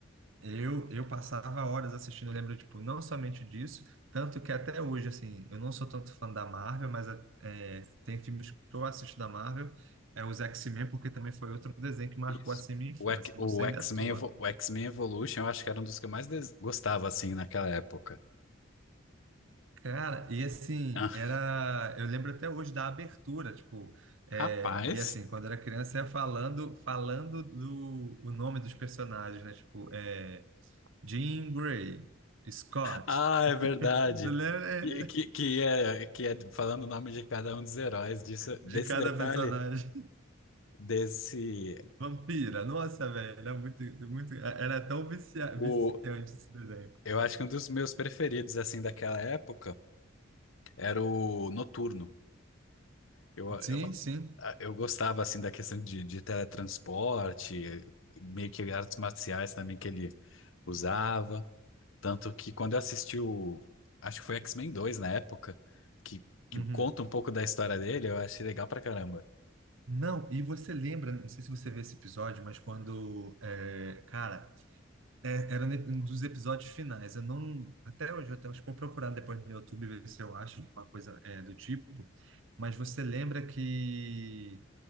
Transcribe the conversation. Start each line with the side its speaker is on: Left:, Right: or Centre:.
Right: Eu, eu passava horas assistindo, eu lembro, tipo, não somente disso, tanto que até hoje, assim, eu não sou tanto fã da Marvel, mas é, tem filmes que eu assisto da Marvel, é os X-Men, porque também foi outro desenho que marcou,
Left: Isso.
Right: assim, minha infância,
Left: O, Ec- o
Right: não sei
Left: X-Men
Right: a tua.
Left: Evo- o X-Men Evolution, eu acho que era um dos que eu mais des- gostava, assim, naquela época.
Right: Cara, e assim,
Left: Ah,
Right: era, eu lembro até hoje da abertura, tipo, é,
Left: rapaz.
Right: e assim, quando era criança, ia falando, falando do, o nome dos personagens, né, tipo, é, Jean Grey, Scott,
Left: Ah, é verdade.
Right: <laughs> tu lembra?
Left: Que, que, que é, que é falando o nome de cada um dos heróis. Disso,
Right: de
Left: desse
Right: cada
Left: detalhe,
Right: personagem. <laughs>
Left: desse.
Right: Vampira, nossa, velho, é muito, é muito, era tão vicia-
Left: O,
Right: viciante esse desenho.
Left: eu acho que um dos meus preferidos, assim, daquela época era o Noturno. Eu,
Right: Sim,
Left: eu,
Right: sim.
Left: eu gostava, assim, da questão de, de teletransporte, meio que artes marciais também que ele usava. Tanto que quando eu assisti o. Acho que foi X-Men 2 na época, que, que
Right: Uhum.
Left: conta um pouco da história dele, eu achei legal pra caramba.
Right: Não, e você lembra, não sei se você vê esse episódio, mas quando, é, cara, é, era ne- um dos episódios finais, eu não, até hoje, eu até acho que vou procurar depois no YouTube ver se eu acho uma coisa é, do tipo, mas você lembra que